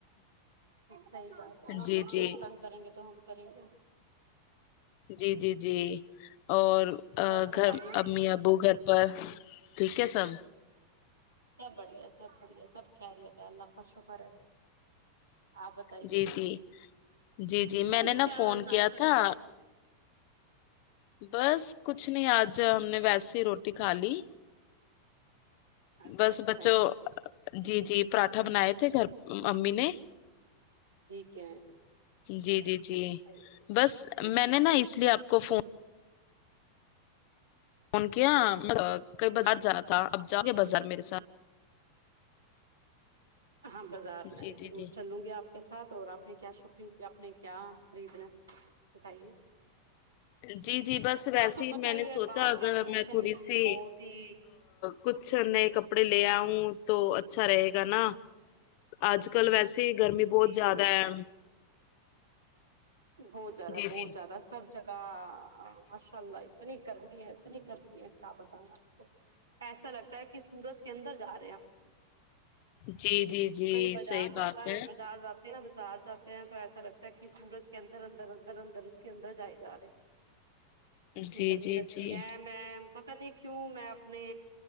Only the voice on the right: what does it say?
صحیح بات ہے ہاں
بچے
نہیں تنگ کریں گے تو ہم کریں گے
اور فرمائیے
سب بڑھیا سب بڑھیا سب خیریت ہے اللہ کا شکر ہے آپ بتائیے
اور
ناشتہ
آپ نے
اچھا
اچھا
ٹھیک ہے
اچھا
ٹھیک
ہے
ہاں بازار میں
ضرور
چلوں گی آپ کے ساتھ اور آپ نے کیا شاپ آپ نے کیا خریدنا بتائیے
آپ کو
پتا
ہے
باہر
کا موسم
بہت ہی
جی
جی
جی
بہت زیادہ
بہت
زیادہ سب جگہ ماشاء اللہ اتنی گرمی ہے اتنی گرمی ہے کیا بتائیں آپ کو ایسا لگتا ہے کہ سورج کے اندر جا رہے ہم
کہیں بازار
جاتا
ہے بازار جاتا نا بازار جاتے ہیں تو ایسا لگتا ہے کہ سورج کے اندر اندر اندر اندر اس کے اندر جائے جا رہے ہیں اتنی
گرمی
لگتی
ہے میں پت نہیں کیوں میں اپنے